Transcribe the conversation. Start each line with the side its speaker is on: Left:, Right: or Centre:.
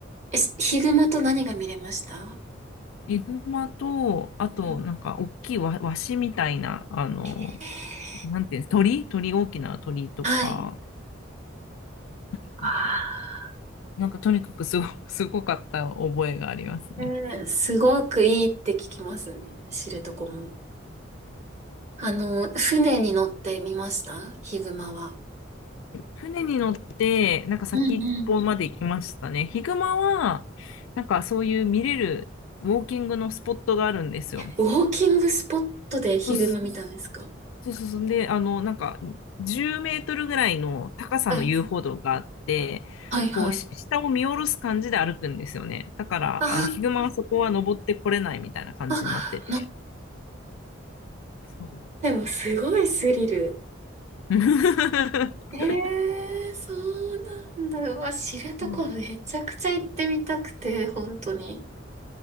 Right: え、しヒグマと何が見れました
Left: ヒグマと、あと、
Right: うん
Left: なんか、大きいワ、ワシみたいな、あの、
Right: えー
Left: なんていうんです、鳥鳥、大きな鳥とか、
Right: はい。
Left: 何かな。
Right: あ
Left: なんか、とにかくすご、<laughs> すごかった覚えがありますね。
Right: ーねすごくいいって聞きますね。知床も。あの、船に乗ってみましたヒグマは。
Left: 船に乗って、なんか先っぽまで行きましたね。
Right: うんうん
Left: ヒグマは、なんかそういう見れるウォーキングのスポットがあるんですよ。
Right: ウォーキングスポットでヒグマ見たんですか
Left: そうそうそうそう。で、あの、なんか10メートルぐらいの高さの遊歩道があって、
Right: はい。はいはい。
Left: こう、し下を見下ろす感じで歩くんですよね。だから、
Right: あ
Left: あの、ヒグマはそこは登ってこれないみたいな感じになってて。
Right: あ。あ、
Left: そう。
Right: でもすごいスリル。
Left: <laughs>
Right: ええーそうなんだ。うわ、知床めちゃくちゃ行ってみたくて、
Left: うん。
Right: 本当に。